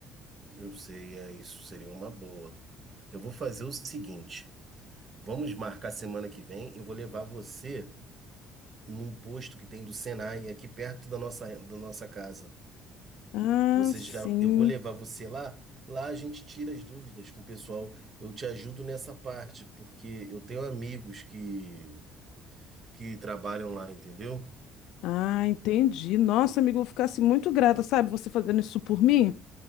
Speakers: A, on the right (about 30°); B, on the left (about 75°).
A: Eu sei, é isso, seria uma boa. Eu vou fazer o seguinte: vamos marcar semana que vem. Eu vou levar você num posto que tem do Senai, aqui perto da nossa, da nossa casa.
B: Ah,
A: Você
B: sim.
A: já, eu vou levar você lá. Lá a gente tira as dúvidas com o pessoal. Eu te ajudo nessa parte, porque eu tenho amigos que, que trabalham lá, entendeu?
B: Ah, entendi. Nossa, amigo, eu ficasse muito grata, sabe, você fazendo isso por mim.